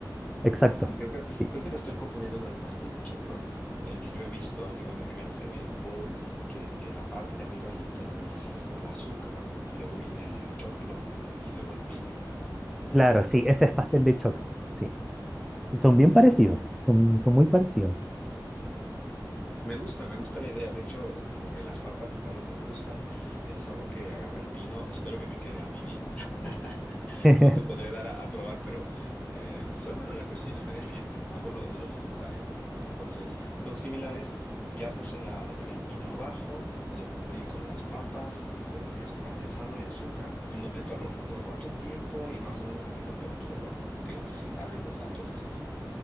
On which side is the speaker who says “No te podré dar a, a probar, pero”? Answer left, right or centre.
Left